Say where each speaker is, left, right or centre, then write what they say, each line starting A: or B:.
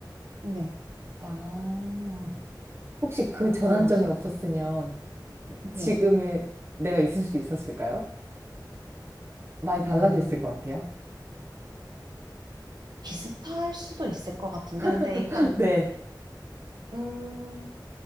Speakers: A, on the right (about 65°); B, on the right (about 35°).
A: 네.
B: 아, 혹시 그
A: 어떠세요?
B: 전환점이 없었으면
A: 네. 네.
B: 지금의 내가 있을 수 있었을까요? 많이 달라져
A: 음,
B: 있을 것 같아요.
A: 비슷할 수도 있을 것 같은데. 근데
B: <laughs>
A: 일단,
B: 네.
A: 음,